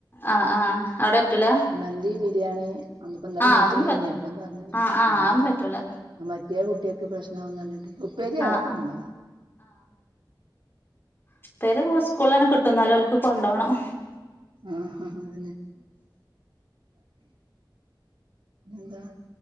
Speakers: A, on the left; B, on the right.
A: ആഹ് ആഹ് അവിടെ പറ്റൂല
B: മന്തി ബിരിയാണി അങ്ങൻതൊ ന്നലെ
A: ആഹ്
B: മീറ്റിങ്ങേന്നെയ്
A: അതൊന്നും പറ്റ
B: അപ്പം പർഞ്ഞു
A: ആഹ് ആഹ്
B: ആ
A: അതൊന്നും പറ്റൂല
B: അ മറ്റേ കുട്ട്യേക്ക് ക്ക് പ്രശ്നാവും നർന് ഉം ഉപ്പേരി അഒക്കെ
A: ആഹ് ആഹ്
B: കൊണ്ടോവ
A: ഇപ്പേരി സ് കൂളിലെന്നെ കിട്ടും ന്നാലു ഓൽക്ക് കൊണ്ടോണം
B: ആ ഹ ഹാ അഎന്നെ എന്താ